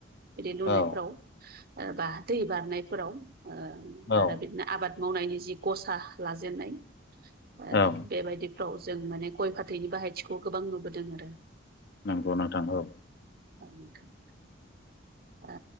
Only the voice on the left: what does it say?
औ
औ
औ
नोंगौ नोंथां औ।